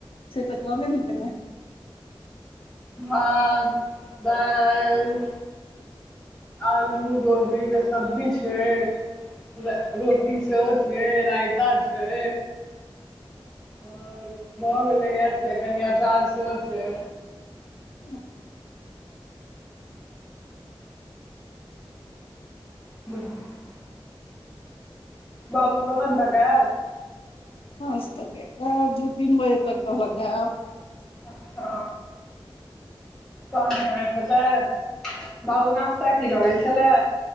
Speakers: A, on the left; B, in the centre.
A: से तऽ कहबे नहि कलै
B: भात दाल आलू गोभीके सब्जी छै र- रोटी सेहो छै रायता छै आओर भऽ गेलैए छै कनि अचार सेहो छै
A: ह्म <unintelligible> <unintelligible>
B: ह <inaudible> <inaudible> बाबू क <inaudible> खन त कत <inaudible>
A: आज तब दू तीन बजे तक कहलका आएब
B: अच्छा तन खेनाय खेतै बाबू नास्ता की लग गेल छलाय